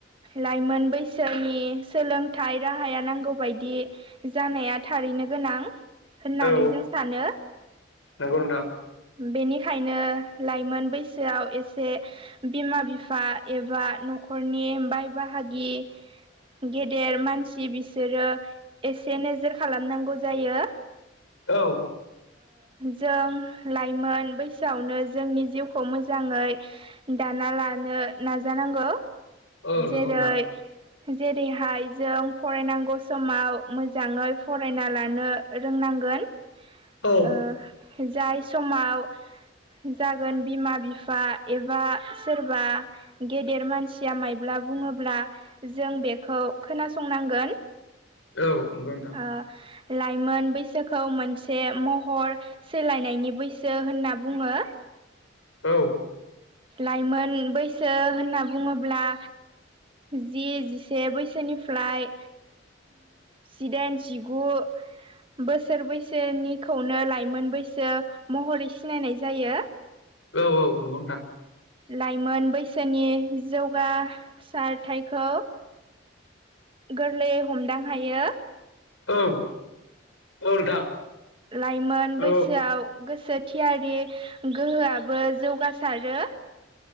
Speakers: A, on the right (about 25°); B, on the left (about 85°).
A: लाइमोन बैसोनि सोलोंथाइ राहाया नांगौ बायदि जानाया थारैनो गोनां होननानै
B: औ
A: जों सानो
B: नंगौ नोंथां
A: बेनिखायनो लाइमोन बैसोआव एसे बिमा बिफा एबा न'खरनि बाय बाहागि गेदेर मानसि बिसोरो एसे नोजोर खालामनांगौ जायो
B: औ
A: जों लाइमोन बैसोआवनो जोंनि जिउखौ मोजाङै दाना लानो नाजानांगौ
B: औ नंगौ
A: जेरै
B: नोंथां
A: जेरैहाय जों फरायनांगौ समाव मोजाङै फरायना लानो रोंनांगोन
B: औ
A: जाय समाव जागोन बिमा बिफा एबा सोरबा गेदेर मानसिया मायब्ला बुङोब्ला जों बेखौ खोनासंनांगोन
B: औ नंगौ नोंथां
A: ओ लाइमोन बैसोखौ मोनसे महर सोलायनायनि बैसो होनना बुङो
B: औ
A: लाइमोन बैसो होनना बुङोब्ला जि जिसे बैसोनिफ्राय जिदाइन जिगु बोसोर बैसोनिखौनो लाइमोन बैसो महरै सिनायनाय जायो
B: औ औ नोंङो
A: लाइमोन बैसोनि जौगासारथायखौ गोरलैयै हमदां हायो
B: औ औ नोंथां
A: लाइमोन
B: औ
A: बैसोआव गोसो थियारि गोहोआबो जौगासारो